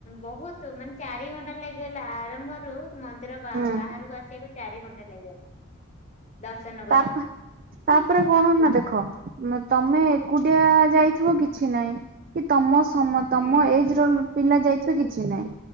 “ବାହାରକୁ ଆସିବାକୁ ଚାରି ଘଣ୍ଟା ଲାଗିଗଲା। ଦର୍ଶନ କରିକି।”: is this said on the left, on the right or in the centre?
Left